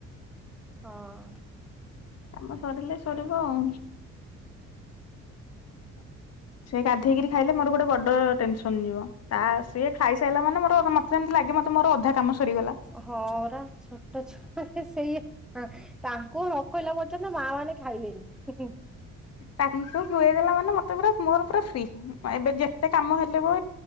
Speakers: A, in the centre; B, on the left.
A: ହଁ।
B: କାମ ସରିଲେ ସରିବ ଆଉ। ସେ ଗାଧେଇକିରି ଖାଇଲେ ମୋର ଗୋଟେ ବଡ ଟେନସନ ଯିବ। ତା ସିଏ ଖାଇସାଇଲା ମାନେ ମୋର ମତେ ଯେମିତି ଲାଗେ ମତେ ମୋର ଅଧା କାମ ସରିଗଲା।
A: ହଁ ଅରା ଛୋଟ ଛୁଆ ସେଇଆ। ତାଙ୍କୁ ନଖୋଇଲା ପର୍ଯ୍ୟନ୍ତ ମା ମାନେ ଖାଇବେନି।
B: ତାଙ୍କୁୁ ଖୁଏଇଦେଲା ମାନେ ମତେ ପୁରା ମୋର ପୁରା ଫ୍ରି। ଏବେ ଯେତେ କାମ ହେଲେ ବ